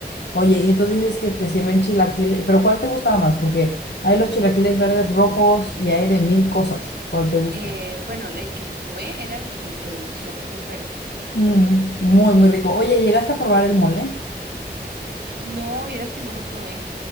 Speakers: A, on the left; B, on the right.
A: Oye, y entonces dices que te sirven chilaquiles, pero ¿cuál te gusta más? Porque hay los chilaquiles verdes rojos y hay de mil cosas. ¿Cuál te gusta?
B: Eh, bueno, el que probé era el, eh, los chilaquiles verdes.
A: Mm, muy, muy rico. Oye, ¿llegaste a probar el mole?
B: No, vieras que no lo probé.